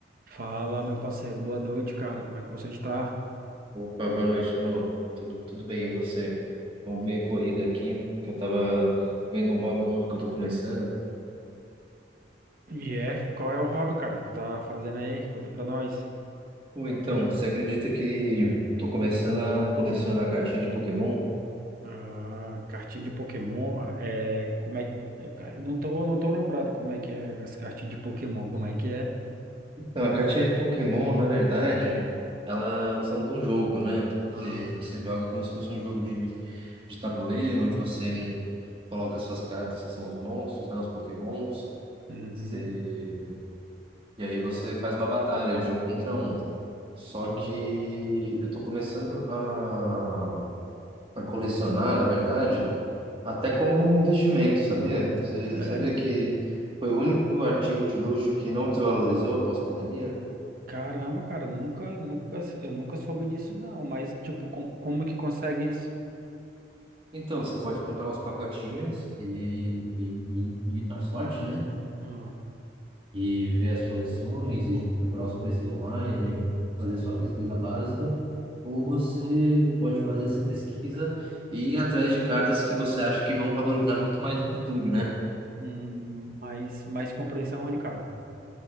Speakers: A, on the right; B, on the right.
A: Fala, meu parceiro. Boa noite, cara. Como é que você está?
B: Opa, boa noite, irmão. Tudo, tudo bem, e você? Bom, meio corrido aqui, que eu tava vendo um hobby novo que eu tô começando.
A: E é, qual é o hobby, cara, que tu tá fazendo aí? Conta pra nós.
B: Pô, então, você acredita que eu tô começando a colecionar cartinha de Pokémon?
A: Ah, cartinha de Pokémon. É, como é que. cara, Não tô, não tô lembrado como é que é as cartinhas de Pokémon. Como é que é?
B: Então, a cartinha de Pokémon, na verdade, ela, elas são de um jogo, né? Você,
A: Ah,
B: você joga como se fosse um jogo de, de tabuleiro, onde você coloca suas cartas, que são os monstros, né? Os Pokémons.
A: uhum,
B: Você... E aí você faz uma batalha de um contra um. Só
A: uhum.
B: que eu estou começando a, a colecionar, na verdade, até como um investimento, sabia? Você
A: Sério?
B: sabia que foi o único artigo de luxo que não desvalorizou pós-pandemia?
A: Caramba, cara, nunca, nunca, eu nunca soube disso, não. Mas, tipo, com- como que consegue isso?
B: Então, você pode comprar uns pacotinhos e, e, e, e na sorte, né?
A: Ah,
B: E ver as coleções e procurar os preços online, fazer sua pesquisa básica. Ou você pode fazer essa pesquisa e ir atrás de cartas que você acha que vão valorizar muito mais no futuro, né?
A: hum, mas, mas comprei isso aonde, cara?